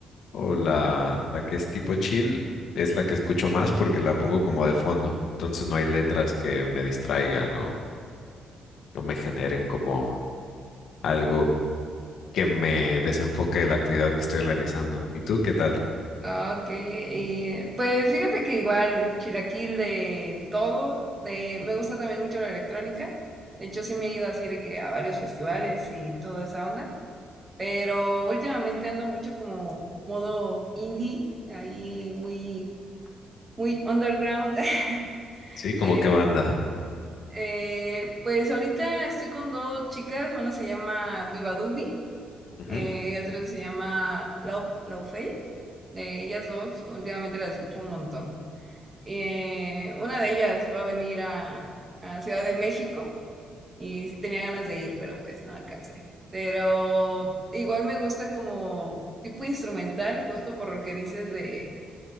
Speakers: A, on the left; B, on the right.
A: o la, la que es tipo chill es la que escucho más porque la pongo como de fondo, entonces no hay letras que me distraigan o, o me generen como algo que me desenfoque de la actividad que estoy realizando. ¿Y tú qué tal?
B: Ah, Ok. y, pues fíjate que igual, chilaquil de todo. De, me gusta también mucho la electrónica. De hecho, sí me he ido así de que a varios festivales y toda esa onda. Pero últimamente ando mucho como modo indie, ahí muy, muy underground. <laughs>
A: Sí, como
B: de,
A: qué banda.
B: eh, pues ahorita estoy con dos chicas, una se llama Viva Dubi
A: Ujú,
B: Eh, y otra se llama Lau, Lau Fei. De ellas dos, últimamente las escucho un montón. Eh, una de ellas va a venir a, a Ciudad de México y sí tenía ganas de ir, pero pues no alcancé. Pero igual me gusta como tipo instrumental, justo por lo que dices de